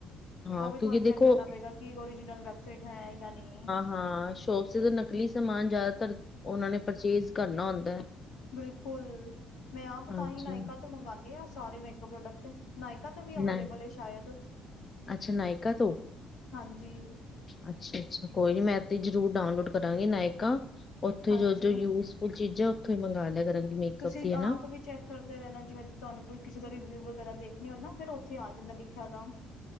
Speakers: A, on the left (about 25°); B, on the left (about 75°).
A: ਹਾਂ
B: ਉਹ ਵੀ
A: ਕਿਉਂਕਿ
B: ਤੁਹਾਨੂੰ
A: ਦੇਖੋ
B: ਚੈੱਕ ਕਰਨਾ ਪਏਗਾ ਕਿ ਓਰੀਜਨਲ ਵੈਬਸਾਈਟ ਹੈ ਜਾਂ ਨਹੀਂ।
A: ਹਾਂ ਸ਼ੋਪ ਤੇ ਤਾਂ ਨਕਲੀ ਸਮਾਨ ਜ਼ਿਆਦਾਤਰ ਉਹਨਾਂ ਨੇ ਪਰਚੇਜ ਕਰਨਾ ਹੁੰਦਾ ਹੈ।
B: ਬਿਲਕੁਲ, ਮੈਂ ਆਪ
A: ਹਾਂਜੀ
B: ਤਾਂ ਹੀ ਨਾਇਕਾ ਤੋਂ ਮੰਗਵਾਉਂਦੇ ਹਾਂ ਸਾਰੇ ਮੇਕਅਪ ਪ੍ਰੋਡਕਟ। ਨਾਇਕਾ ਤਾਂ ਵੀ ਅਵੇਲੇਬਲ
A: ਨਹੀਂ
B: ਹੈ ਸ਼ਾਇਦ,
A: ਅੱਛਾ ਨਾਇਕਾ ਤੋਂ
B: ਹਾਂਜੀ।
A: ਅੱਛਾ-ਅੱਛਾ ਕੋਈ ਨੀ ਮੈਂਤੇ ਜਰੂਰ ਡਾਊਨਲੋਡ ਕਰਾਂਗੀ ਨਾਇਕਾ ਉੱਥੇ
B: ਹਾਂਜੀ
A: ਜੋ ਜੋ ਯੂਜ ਉਹ ਚੀਜ਼ਾਂ ਉੱਥੋਂ ਹੀ ਮੰਗਵਾ ਲਿਆ ਕਰਾਂਗੀ। ਮੇਕਅਪ
B: ਤੁਸੀਂ
A: ਦੀ ਹਨਾ
B: ਆਪ ਵੀ ਚੈੱਕ ਕਰਦੇ ਰਹਿਣਾ ਜਿਵੇਂ ਤੁਹਾਨੂੰ ਕੋਈ ਕਿਸੇ ਦਾ ਰਿਵਿਊ ਵਗੈਰਾ ਦੇਖਣੀ ਹੋ ਨਾ ਫਿਰ ਉੱਥੇ ਆ ਜਾਂਦਾ ਲਿਖਿਆ ਦਾ।